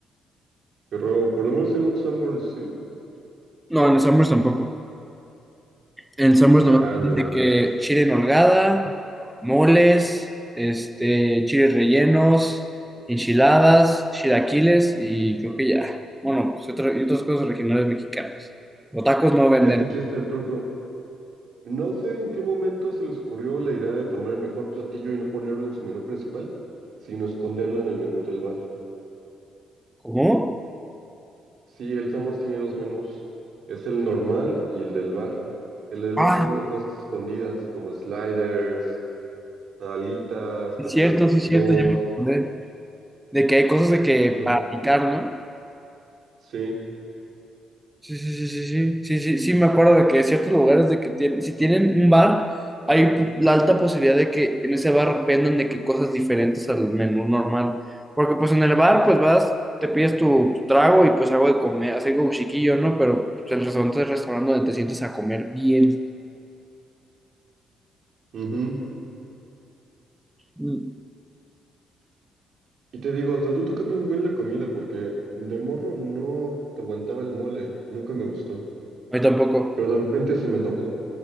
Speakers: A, on the right; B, in the centre.
A: Pero por lo menos en un Sanborns, sí.
B: No, en los Summers tampoco. El Summers
A: Chale.
B: nomás dice que chile en holgada, moles, este, chiles rellenos, enchiladas, chilaquiles y creo que ya. Bueno, pues otra- y otras cosas regionales mexicanas. Los tacos no venden.
A: Es que aquí está el truco. No sé en qué momento se les ocurrió la idea de tomar el mejor platillo y no ponerlo en su menú principal, sino esconderlo en el menú del bar.
B: ¿Cómo?
A: Sí, el Summers tiene dos menús, es el normal y el del bar. El del
B: Ah,
A: bar tiene cosas escondidas como sliders, alitas,
B: es
A: tacos
B: cierto,
A: al pastor.
B: sí es cierto. ya me acordé. De que hay cosas de que
A: Ajá,
B: para picar, ¿no?
A: sí.
B: Sí, sí, sí, sí, sí, sí, sí, sí, me acuerdo de que ciertos lugares de que tienen, si tienen un bar, hay pu- la alta posibilidad de que en ese bar vendan de que cosas diferentes al menú normal. Porque pues en el bar, pues vas, te pides tu, tu trago y pues algo de comer, así como chiquillo, ¿no? Pero pues, el restaurante es el restaurante donde te sientes a comer bien.
A: ujú.
B: Mm,
A: Y te digo, de adulto cambió un buen la comida porque de morro no te aguantaba el mole, nunca me gustó.
B: A mí tampoco.
A: Pero de repente se me antojó.